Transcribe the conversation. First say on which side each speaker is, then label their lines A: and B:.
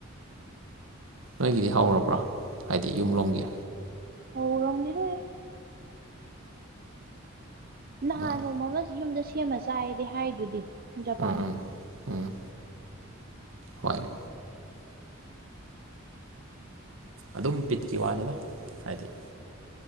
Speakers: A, on the right; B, on the right.
A: ꯅꯣꯏꯒꯤꯗꯤ ꯍꯧꯔꯕ꯭ꯔꯥ ꯍꯥꯏꯗꯤ ꯌꯨꯝꯂꯣꯝꯒꯤ
B: ꯍꯧꯔꯝꯒꯤꯔꯣꯏ ꯅꯍꯥꯟ
A: ꯎꯝ
B: ꯅꯣꯡꯃꯃ ꯌꯨꯝꯗ ꯁꯦꯝꯃ ꯆꯥꯏꯌꯦꯗꯤ ꯍꯥꯏꯗꯨꯗꯤ ꯖꯄꯥꯟꯅ
A: ꯎꯝ ꯎꯝ ꯎꯝ ꯍꯣꯏ ꯑꯗꯨꯝ ꯕꯤꯠꯀꯤ ꯋꯥꯅꯤꯗ ꯍꯥꯏꯗꯤ